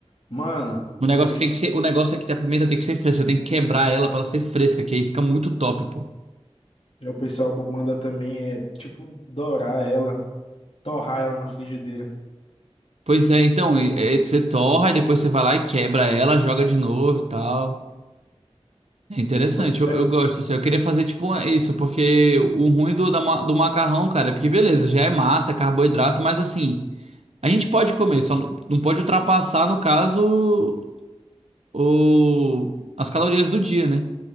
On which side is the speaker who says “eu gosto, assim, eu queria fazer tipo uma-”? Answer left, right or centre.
Right